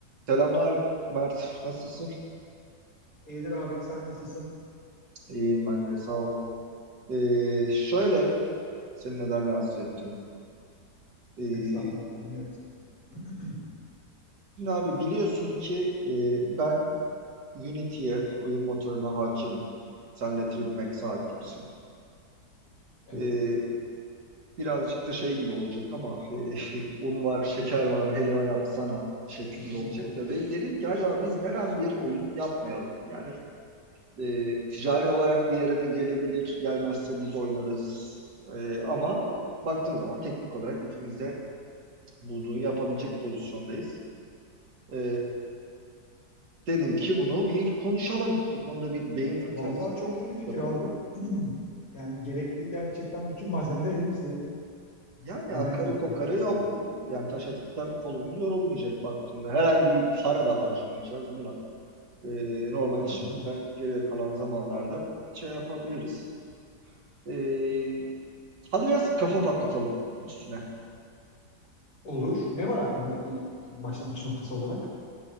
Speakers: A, on the right; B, on the left.
A: Selamlar Mert, nasılsın?
B: İyidir abi sen nasılsın?
A: İyiyim ben de, sağ ol. Ee, şöyle, seni neden rahatsız ettim? Ee,
B: Estağfurullah dinliyorum seni. <clears throat>
A: şimdi abi biliyorsun ki e, ben Unity'ye, oyun motoruna hakimim. Sen de 3D Max'e hakimsin.
B: Evet.
A: Ee, birazcık da şey gibi olacak ama <laughs> e, un var, şeker var, helva yapsana şeklinde
B: <laughs>
A: olacak da. Ben dedim ki acaba biz neden bir oyun yapmayalım? Yani E, ticari olarak bir yere de gelebilir. Gelmezse biz oynarız. E, ama baktığın zaman teknik olarak ikimiz de bunu yapabilecek pozisyondayız. E, dedim ki bunu bir konuşalım. Bu konuda bir beyin fırtınası
B: Vallahi çok iyi bir fikir
A: yapalım.
B: abi. <clears throat> Yani gerekli gerçekten bütün malzemeler elimizde.
A: Yani
B: Neden
A: akarı
B: yapmıyoruz
A: kokarı
B: ki
A: yok.
B: yani?
A: Yani taş atıp kolumuz yorulmayacak baktığında. Herhangi bir para da harcamayacağız buna. E, normal
B: Aynen
A: işimizden
B: öyle.
A: geriye kalan zamanlarda şey yapabiliriz. E, hadi biraz kafa patlatalım üstüne.
B: Olur. Ne var hakkında? Bir başlangıç noktası olarak.